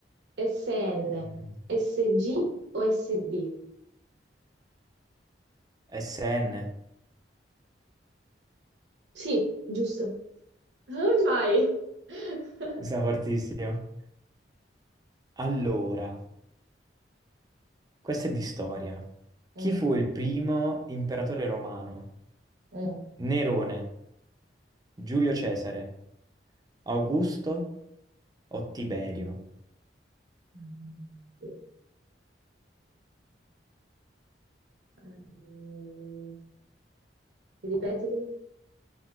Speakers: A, on the right; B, on the right.
A: SN,
B: mm,
A: SG o SB?
B: SN.
A: Sì, giusto. Come fai? <laughs>
B: Sei fortissimo. Allora, questa è di storia. Chi
A: Mm,
B: fu il primo imperatore romano?
A: mm.
B: Nerone, Giulio Cesare, Augusto o Tiberio?
A: Mm, sì. Ehm, ripetili?